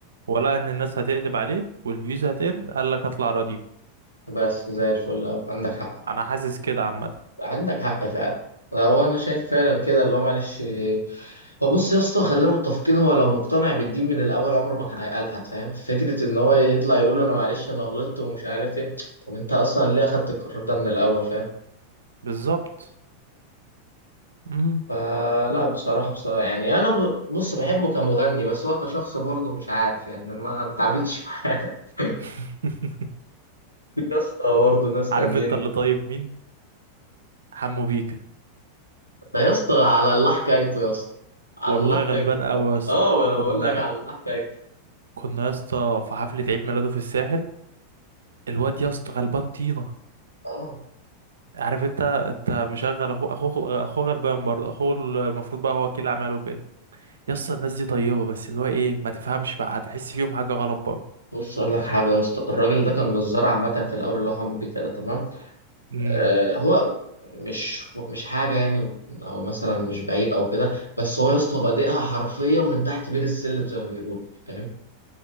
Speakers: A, on the right; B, on the left.
A: ولا ان الناس هتقلب عليه والفيوز هتقل قال لك هطلع رديف
B: بس زي الفل أوي. عندك حق
A: انا حاسس كده عامة
B: عندك حق فعلا هو انا شايف فعلا كده اللي هو معلش هو بص يا اسطى خلينا متفقين هو لو مقتنع بالدين من الاول عمره ما كان هيقلحد فاهم فكره ان هو يطلع يقول انا معلش انا غلطت ومش عارف ايه طب انت اصلا ليه اخدت القرار ده من الاول فاهم
A: بالظبط مم.
B: فلا بصراحه بصراحه يعني انا ب- بص بحبه كمغني بس هو كشخص برضه مش عارف يعني ما ما اتعاملتش معاه <laughs>
A: <laughs>
B: يا اسطى برضه ناس تانيين
A: عارف انت اللي طيب مين حمو بيكا
B: ده يا اسطى على الله حكايته يا اسطى على
A: والله
B: الله حكايته
A: غلبان
B: بجد
A: قوي يا اسطى
B: اه ما انا
A: كنا
B: بقول لك على الله حكايته
A: كنا يا اسطى في حفلة عيد ميلاده في الساحل الواد يا اسطى غلبان طينة
B: اه
A: عارف انت انت مشغل اخوه اخوه اخوه غلبان برضه اخوه المفروض بقى هو وكيل اعماله وكده يا اسطى الناس دي طيبة بس اللي هو ايه ما تفهمش بقى هتحس فيهم حاجة غلط برضه
B: بص اقول
A: يعني
B: لك حاجه يا اسطى الراجل ده كان جزار عامه في الاول اللي هو حمودي كده تمام
A: ده
B: آه هو مش مش حاجه يعني او مثلا مش بعيب او كده بس هو يا اسطى بادئها حرفيا من تحت بير السلم زي ما بيقولوا فاهم